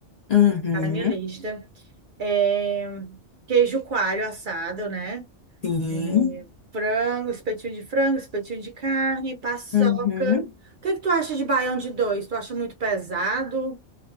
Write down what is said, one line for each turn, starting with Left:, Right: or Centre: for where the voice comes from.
Left: Uhum.
Right: tá na minha lista. É, queijo coalho assado, né?
Left: Sim.
Right: É, frango, espetinho de frango, espetinho de carne, paçoca.
Left: Uhum.
Right: O que que tu acha de baião de dois? Tu acha muito pesado?